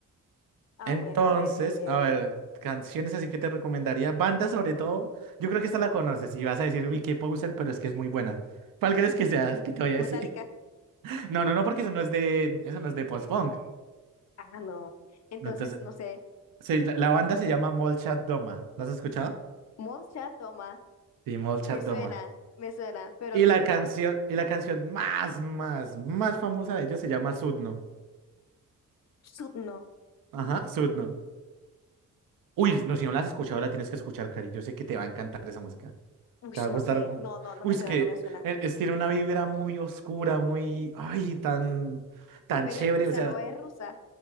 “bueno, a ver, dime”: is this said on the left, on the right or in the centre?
Left